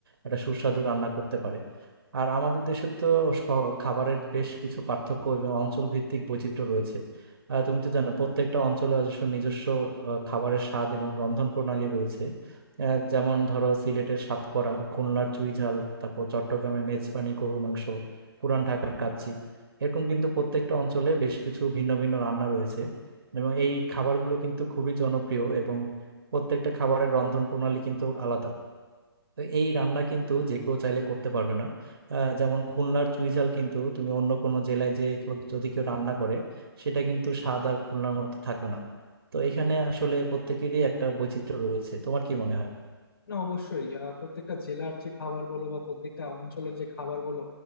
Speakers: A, on the right; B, on the left.
A: একটা সুস্বাদু রান্না করতে পারে আর আমাদের দেশে তো স- খাবারের বেশ কিছু পার্থক্য এবং অঞ্চল ভিত্তিক বৈচিত্র্য রয়েছে আহ, তুমি তো জানো প্রত্যেকটা অঞ্চলে অবশ্য নিজস্ব আহ, খাবারের স্বাদ এবং রন্ধন প্রণালী রয়েছে আহ, যেমন ধরো সিলেটের সাতকরা খুলনার চুইঝাল তারপর চট্টগ্রামের মেজবানি গরু মাংস পুরান ঢাকার কাচ্চি এরকম কিন্তু প্রত্যেকটা অঞ্চলে বেশ কিছু ভিন্ন ভিন্ন রান্না রয়েছে এবং এই খাবারগুলো কিন্তু খুবই জনপ্রিয় এবং প্রত্যেকটা খাবারের রন্ধন প্রণালী কিন্তু আলাদা তো এই রান্না কিন্তু যে কেউ চাইলে করতে পারবে না আহ, যেমন খুলনার চুইঝাল কিন্তু তুমি অন্য কোনো জেলায় যে কেউ- যদি কেউ রান্না করে সেটা কিন্তু স্বাদ আর খুলনার মতো থাকবে না তো এখানে আসলে প্রত্যেকেরই একটা বৈচিত্র্য রয়েছে তোমার কি মনে হয়
B: না অবশ্যই আহ, প্রত্যেকটা জেলার যে খাবার বলো বা প্রত্যেকটা অঞ্চলের যে খাবার বলো